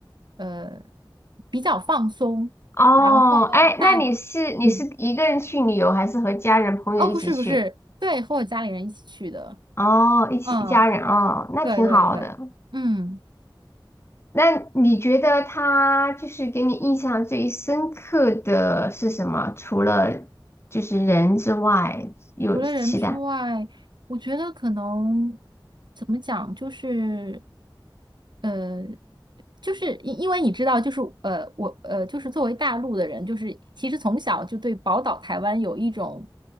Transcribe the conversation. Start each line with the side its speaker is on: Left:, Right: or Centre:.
Right: 呃，比较放松，
Left: 哦，
Right: 然后大，
Left: 哎，那你是你是一个人去旅游，
Right: 嗯，
Left: 还是和家人朋友一起去？
Right: 哦，不是不是，对，和我家里人一起去的，
Left: 哦，一起一家人哦，
Right: 嗯，
Left: 那挺好的。
Right: 对对对，嗯。
Left: 那你觉得他就是给你印象最深刻的是什么？除了就是人之外，有其他？
Right: 除了人之外，我觉得可能怎么讲，就是呃，就是因因为你知道，就是呃，我呃，就是作为大陆的人，就是其实从小就对宝岛台湾有一种